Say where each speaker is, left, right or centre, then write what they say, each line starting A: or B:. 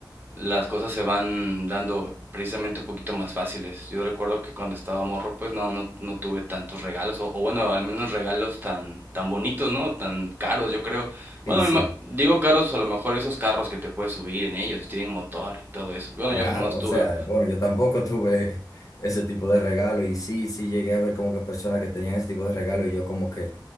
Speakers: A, on the right (about 25°); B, on the left (about 45°).
A: las cosas se van dando precisamente un poquito más fáciles. Yo recuerdo que cuando estaba morro pues no, no, no tuve tantos regalos, o, o bueno, al menos regalos tan, tan bonitos, ¿no? Tan caros, yo creo. Bueno,
B: Sí, sí,
A: me ima- digo caros, a lo mejor esos carros que te puedes subir en ellos, y tienen motor y todo eso. Bueno,
B: claro,
A: yo jamás
B: o
A: tuve
B: sea, bueno, yo tampoco <laughs> tuve ese tipo de regalo y sí, sí llegué a ver como que personas que tenían ese tipo de regalo y yo como que